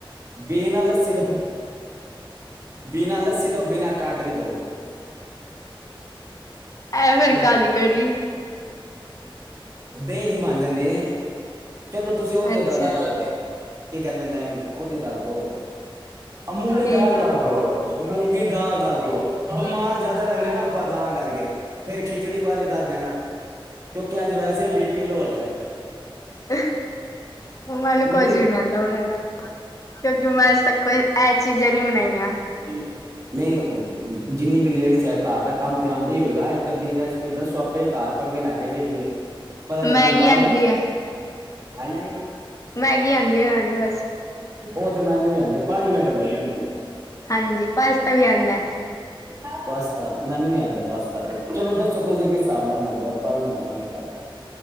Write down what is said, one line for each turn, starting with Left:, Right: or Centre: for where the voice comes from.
Right: ਬਿਨਾ ਲਸੀ ਤੋਂ ਬਿਨਾਂ ਲੱਸੀ ਤੋਂ ਬਿਨਾਂ ਟਾਟਰੀ ਤੋਂ
Left: ਐ ਫੇਰ
Right: ਉਹ
Left: ਕਾਦੀ ਕੜੀ
Right: ਦਹੀਂ ਦੀ ਬਣ ਜਾਂਦੀ ਹੈ ਚਲੋ ਤੁਸੀਂ ਉਹਦੇ
Left: ਅੱਛਾ
Right: ਦੱਸ ਲ ਕੀ ਕਹਿੰਦੇ ਨੇ ਉਹਦੀ ਦੱਸ ਦੋ ਅ ਮੂੰਗੀ
Left: ਕੀ
Right: ਦਾਲ ਦਸ ਦ ਮੂੰਗੀ ਦਾਲ ਦੱਸ ਦੋ ਬਿਮਾਰ ਜ਼ਿਆਦਾ ਰਹਿੰਦੇ ਨਾ ਆਪਾਂ ਤਾਂ ਕਰਕੇ ਫਿਰ ਖਿਚੜੀ ਬਾਰੇ ਦੱਸ ਦੇਣਾ ਕਿਉਂਕਿ ਅੱਜ ਵੈਸੇ ਵੀ ਬੀਪੀ ਲੋ ਹੈਗਾ ਏ
Left: ਹਮ ਮੈਨੂੰ ਕੁੱਝ
Right: ਮੂੰਗੀ
Left: ਵੀ ਨੀ ਆਉਂਦਾ ਬਣਾਣਾ ਕਿਉਂਕਿ ਮੈਂ ਅੱਜ ਤੱਕ ਕੋਈ ਇਹ ਚੀਜ਼ਾਂ ਨੀ ਬਣਾਈਆਂ
Right: ਹ ਨਹੀਂ ਜਿੰਨੀ ਵੀ ਲੇਡੀਜ਼ ਹੈ ਘਰ ਦਾ ਕੰਮ ਤੇ ਆਂਦਾ ਹੀ ਹੋਏਗਾ ਇੱਕ ਅੱਧੀ ਰੈਸਪੀ ਦੱਸੋ ਆਪਾਂ ਹੀ ਘਰ ਪੰਗੇ ਲੈ ਕੇ ਵੇਖੀਏ ਪਤਾ ਲੱਗੇ
Left: ਮੈਗੀ
Right: ਮਾਰ
Left: ਆਉਂਦੀ
Right: ਵੀ
Left: ਹੈ
Right: ਹਾਂਜੀ
Left: ਮੈਗੀ ਆਂਦੀ ਬਣਾਣੀ ਬਸ
Right: ਉਹ ਤੇ ਮੈਨੂੰ ਵੀ ਆਂਦੀ ਪੰਜ ਮਿੰਟ ਲੱਗਦੇ ਨੇ ਬਣਦੇ
Left: ਹਾਂਜੀ ਪਾਸਤਾ ਵੀ ਆਂਦਾ ਹੈ
Right: ਪਾਸਤਾ ਮੈਨੂੰ ਵੀ ਆਂਦਾ ਪਾਸਤਾ ਤੇ ਚਲੋ ਦੱਸੋ ਤੁਸੀਂ ਕਿਸ ਹਿਸਾਬ ਨਾਲ ਬਨਾਂਦੇ ਹੋ ਆਪਾਂ ਵੀ ਬਨਾਵਾਂਗੇ ਘਰ